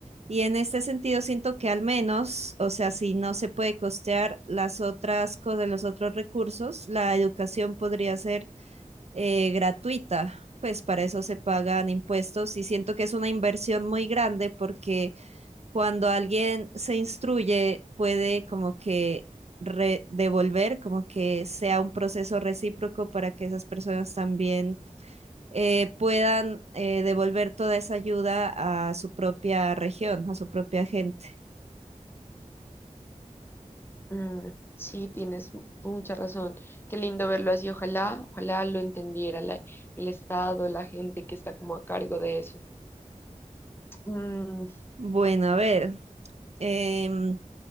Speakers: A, on the right; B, on the left.
A: Y en este sentido siento que al menos, o sea, si no se puede costear las otras cosas, los otros recursos, la educación podría ser eh, gratuita, pues para eso se pagan impuestos y siento que es una inversión muy grande porque cuando alguien se instruye puede como que re- devolver, como que sea un proceso recíproco para que esas personas también eh, puedan eh, devolver toda esa ayuda a su propia región, a su propia gente.
B: Mm, sí, tienes mu- mucha razón. Qué lindo verlo así. Ojalá, ojalá lo entendiera la- el Estado, la gente que está como a cargo de eso. Mm,
A: Bueno, a ver. em,